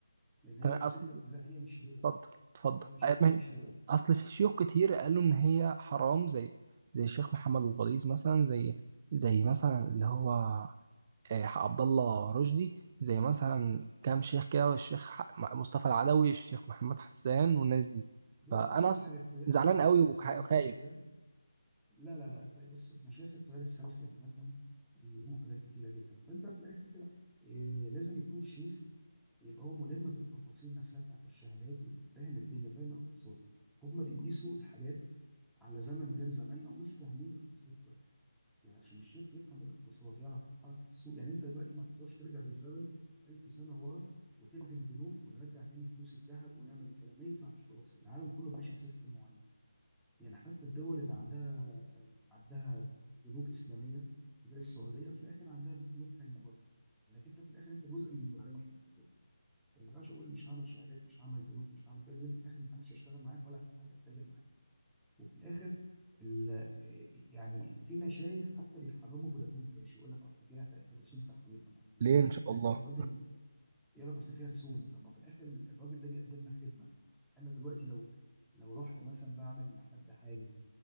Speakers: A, in the centre; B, on the right.
A: لان هي
B: تمام
A: الفكره
B: اصل
A: كلها هي مش ربا
B: اتفضل اتفضل
A: هي مش
B: أه،
A: هي
B: ماشي.
A: مش ربا
B: اصل في شيوخ
A: يعني
B: كتير قالوا ان هي حرام زي زي الشيخ محمد الغليظ مثلا زي زي مثلا اللي هو آه، عبد الله رشدي زي مثلا كام شيخ كده والشيخ ح- مصطفى العدوي الشيخ محمد حسان والناس دي
A: دول
B: فانا
A: اللي بص على
B: أص-
A: حاجه التيار
B: زعلان
A: التيار
B: قوي
A: بص
B: وخا-
A: على حاجه
B: وخايف
A: التيار لا لا لا طيب بص مشايخ التيار السلفي عامة بيقيموا حاجات كتيرة جدا فأنت في الآخر إيه لازم يكون الشيخ يبقى هو ملم بالتفاصيل نفسها بتاعت الشهادات ويبقى فاهم الدنيا فاهم الاقتصاد هما بيقيسوا الحاجات على زمن غير زماننا ومش فاهمين الاقتصاد كويس يعني عشان الشيخ يفهم الاقتصاد يعرف حركة السوق يعني أنت دلوقتي ما تقدرش ترجع بالزمن ألف سنة ورا وتلغي البنوك ونرجع تاني فلوس الذهب ونعمل الكلام ما ينفعش خلاص العالم كله ماشي بسيستم معين يعني حتى الدول اللي عندها عندها بنوك اسلاميه زي السعوديه في الاخر عندها بنوك تانيه برضه لكن انت في الاخر انت جزء من المزارعين في الاقتصاد ما ينفعش اقول مش هعمل شهادات مش هعمل بنوك مش هعمل كذا انت في الاخر محدش هيشتغل معاك ولا حد هيتاجر معاك وفي الاخر ال- آه، يعني في مشايخ حتى بيحرموا فودافون كاش يقول لك اصل فيها ت- رسوم تحويل آه، طب ما
B: ليه
A: البنك
B: ان شاء
A: في الاخر
B: الله
A: الراجل يقول لك اصل فيها رسوم طب ما في الاخر الراجل ده بيقدم لك خدمه انا دلوقتي لو لو رحت مثلا بعمل لحد حاجه